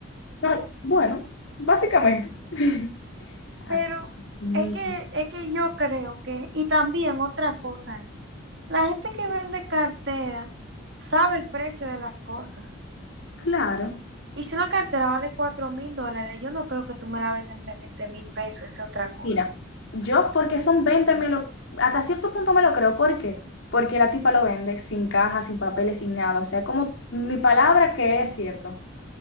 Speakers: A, on the left; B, on the right.
A: No, bueno, básicamente. <laughs> Ah,
B: Pero
A: mi-
B: es que, es que yo creo que, y también otra cosa es, la gente que vende carteras sabe el precio de las cosas.
A: Claro.
B: Y si una cartera vale cuatro mil dólares, yo no creo que tú me la vendas en 20 mil pesos, esa es otra cosa.
A: Mira, yo porque son 20 me lo, hasta cierto punto me lo creo, ¿por qué? Porque la tipa lo vende sin caja, sin papeles, sin nada, o sea, como mi palabra que es cierto.